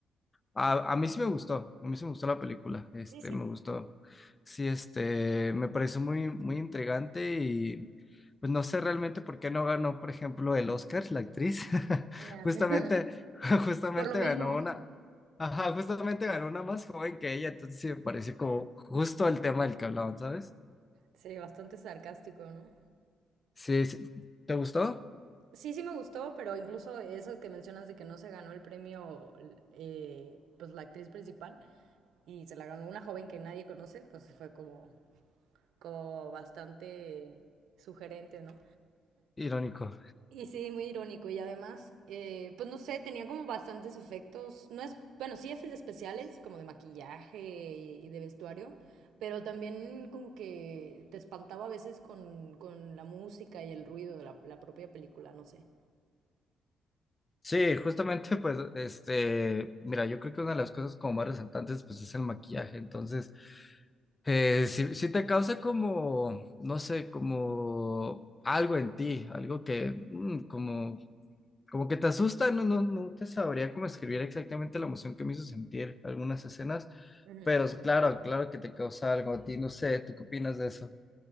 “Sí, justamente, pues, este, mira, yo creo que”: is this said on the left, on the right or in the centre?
Left